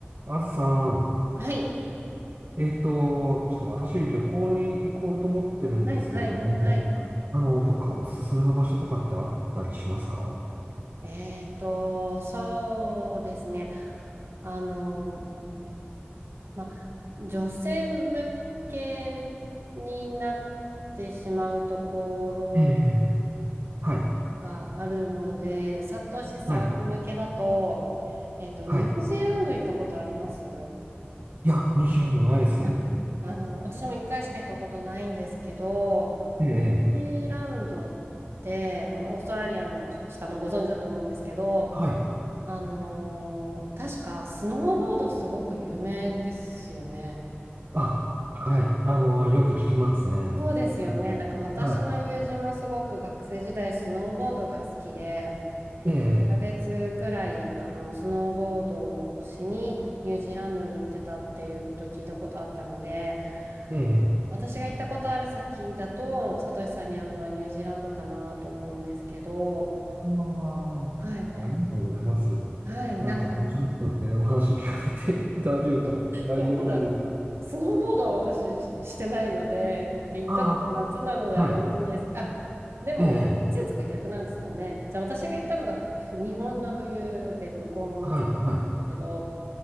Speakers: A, on the right (about 50°); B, on the right (about 75°).
A: あずさん、
B: はい。
A: えっと、ちょっと私旅行に行こうと思ってるんですけれども、
B: はい、はい、はい。
A: あの、どっかおすすめの場所とかってあったりしますか
B: えっと、そうですね。あの、ま、女性向けになってしまうとこ
A: ええ、
B: ろ
A: はい、
B: があるので、サトシさん向けだと、
A: はい、
B: えっと、
A: はい。
B: ニュージーランド行ったことあります
A: いや、ニュージーランドないです。
B: ああの、私も一回しか行ったことないんですけど、
A: ええ、
B: ニュージーランドって、あの、オーストラリアの下のご存知だと思うんですけど、
A: はい。
B: あのー確かスノーボードすごく有名ですよね。
A: あ、はい。あの、よく聞きますね。
B: そうですよね。
A: <laughs>
B: なんか私の友人もすごく学生時代スノーボードが好きで、
A: はい。ええ、
B: 1ヶ月くらいあのスノーボードをしにニュージーランドに行ってたっていうことを聞いたことあったので、
A: ええ。
B: 私が行ったことある先だと、サトシさんに会うのはニュージーランドかなと思うんですけど、
A: あ
B: はい。
A: あ、ありがとうございます。
B: はい。
A: なんか面白かったので、
B: なんか
A: お話聞かせていただけるとありがたいです。
B: でもただ、スノーボードは私してないので、って言ったのが夏なのであれなんですけど、
A: ああ、はい。
B: あ、でも季節が逆なんですもんね。
A: ええ。
B: じゃあ私が行ったのがふ日本の冬で向こうの夏だ
A: はい、はい。
B: けど、